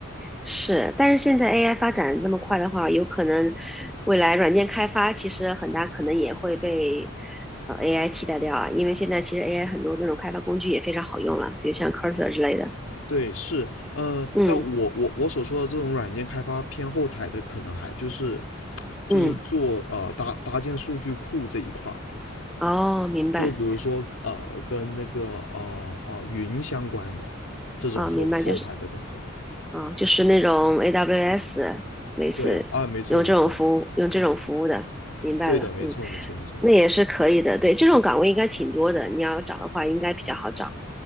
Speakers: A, in the centre; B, on the left.
A: 是，但是现在 AI 发展得那么快的话，有可能未来软件开发其实很大可能也会被呃 AI 替代掉啊，因为现在其实 AI 很多那种开发工具也非常好用了，比如像 Cursor 之类的。
B: 对，是，呃，
A: 嗯
B: 但我我我所说的这种软件开发偏后台的，可能还就是就是做呃搭搭建数据库这一块儿的，
A: 嗯，哦，明白，
B: 就比如说呃跟那个呃呃云相关的这种后后台的工作。
A: 啊、明白，就是啊、就是那种 AWS 类似用这种服务用这种服务的，
B: 对啊，没错没错，
A: 明白了，
B: 对的，没错没错没错。
A: 嗯，那也是可以的，对，这种岗位应该挺多的，你要找的话应该比较好找。